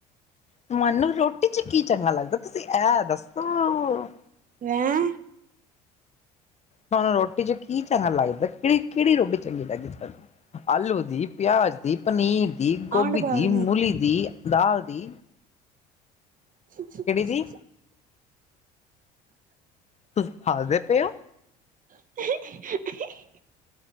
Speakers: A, on the left; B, on the right.
A: ਤੁਹਾਨੂੰ ਰੋਟੀ 'ਚ ਕੀ ਚੰਗਾ ਲੱਗਦੈ, ਤੁਸੀਂ ਇਹ ਦੱਸੋ?
B: ਹੈਂ
A: ਤੁੂਹਾਨੂੰ ਰੋਟੀ 'ਚ ਕ ਕੀ ਚੰਗਾ ਲੱਗਦਾ, ਕਿਹੜੀ-ਕਿਹੜੀ ਰੋਟੀ ਚੰਗੀ ਲੱਗਦੀ ਤੁਹਾਨੂੰ ਆਲੂ ਦੀ, ਪਿਆਜ਼ ਦੀ ਦੀ ਪਨੀਰ ਦੀ,
B: ਆਂਢ
A: ਗੋਭੀ
B: ਬਾਗ
A: ਦੀ, ਮੂਲੀ ਦੀ, ਦਾਲ ਦੀ।
B: <inaudible>
A: ਕਿਹੜੀ ਦੀ ਤੁਸੀਂ ਹੱਸਦੇ ਪਏ ਹੋ?
B: <inaudible>